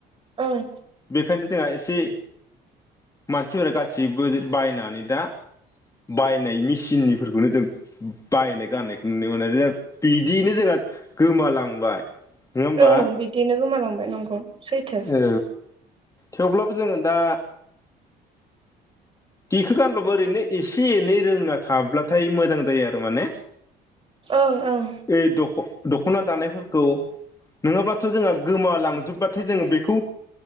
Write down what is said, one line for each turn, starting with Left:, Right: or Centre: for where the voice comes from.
Right: ओं
Left: बेखायनो जोंहा एस सि मानसिफोरा गासिबो बायनानै दा बायनाय मेसिननिफोरखौनो जों बायनाय गाननायखौ नुनो मोनो जों। बिदियैनो जोंहा गोमालांबाय। नङा होमबा
Right: ओं बिदिनो गोमालांबाय नंगौ सैथो।
Left: औ थेवब्लाबो जोङो दा दिखो गानब्लाबो ओरैनो एसे एनै रोंना थाब्लाथाय मोजां जायो आरो माने।
Right: ओं ओं
Left: ऐ दख' दख'ना दानायफोरखौ नोङाब्लाथ' जोंहा गोमालांजोबबा थाय जोङो बेखौ